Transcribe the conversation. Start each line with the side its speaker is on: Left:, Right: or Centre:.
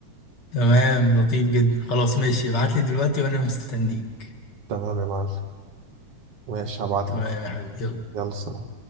Left: تمام لطيف جدا خلاص ماشي ابعت لي دلوقتي وأنا مستنيك
Right: تمام يا معلم ماشي هبعت
Left: تمام
Right: لك
Left: يا حبيبي يلا
Right: يلا سلام